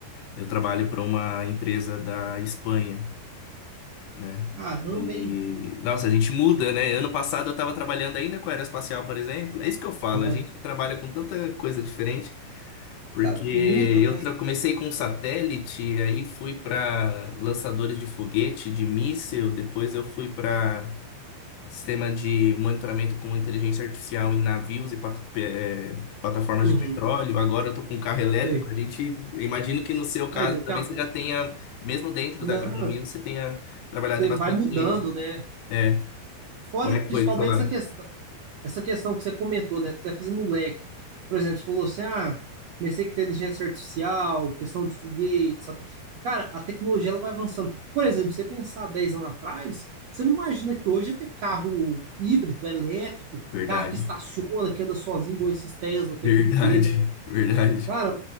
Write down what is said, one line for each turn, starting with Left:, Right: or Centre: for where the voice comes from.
Left: Eu trabalho para uma empresa da Espanha, né?
Right: caramba,
Left: E,
Right: hein?
Left: nossa, a gente muda, né? Ano passado eu estava trabalhando ainda com aeroespacial, por exemplo. É isso que eu falo,
Right: Aham,
Left: a gente trabalha com tanta coisa diferente, porque
Right: Cara, muda,
Left: eu
Right: né?
Left: tra- comecei com um satélite, aí fui para lançadores de foguete, de míssil, depois eu fui para sistema de monitoramento com inteligência artificial em navios e pat- pe- eh, plataformas
Right: Uhum,
Left: de petróleo. Agora eu tô com um carro elétrico.
Right: sei.
Left: A gente, eu imagino que no seu caso
Right: Aí daqui
Left: também
Right: a pouco.
Left: você já tenha, mesmo dentro
Right: Não.
Left: da agronomia, você tenha trabalhado
Right: você
Left: em bastante.
Right: vai mudando, né?
Left: É,
Right: Fora
Left: como é que
Right: principalmente
Left: foi do seu lado?
Right: essa questão, essa questão que você comentou, né? Até fazendo um leque. Por exemplo, você falou assim: ah, comecei com inteligência artificial, questão de foguetes. satel- Cara, a tecnologia ela vai avançando. Por exemplo, você pensar 10 anos atrás, você não imagina que hoje ia ter carro híbrido, elétrico,
Left: Verdade,
Right: carro que estaciona, que anda sozinho, igual esses Tesla que
Left: verdade,
Right: a gente vê, né?
Left: <laughs> verdade.
Right: Cara,